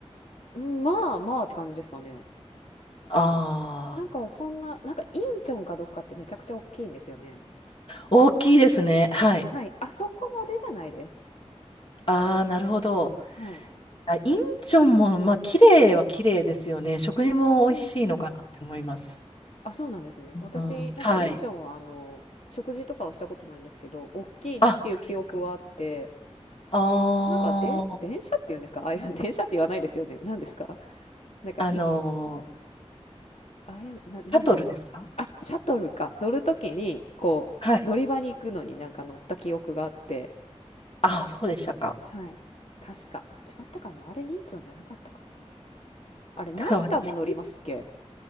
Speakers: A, on the left; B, on the left.
A: うん、まあまあって感じですかね。
B: ああ。
A: なんかそんな、なんかインチョンかどっかってめちゃくちゃ大きいんですよね。
B: 大きいですね。はい。
A: はい。あそこまでじゃないです。
B: ああ、なるほど。
A: はい。
B: あ、インチョンも、まあ、綺麗は綺麗ですよね。食事も美味しいのかなって思います。
A: うんうん。あ、そうなんですね。私、
B: うん、
A: なんかインチョンはあの、
B: はい。
A: 食事とかはしたことないんですけど、大きいなっていう記憶はあって、
B: あ、そうですか。ああ、
A: なんかで、電車っていうんですか <laughs> ああいう、<laughs> 電車って言わないですよね。何ですかなんか、
B: あの
A: い、ああいう、な、なんていうんですかあ、
B: ー、シャトルですか
A: シャトルか。乗るときに、こう、
B: はい。
A: 乗り場に行くのになんか乗った記憶があって。
B: あ、そうでしたか。
A: はい。確か。違ったかなあれ、インチョンじゃなかったかなあれ、成田も乗りますっけ
B: だから私、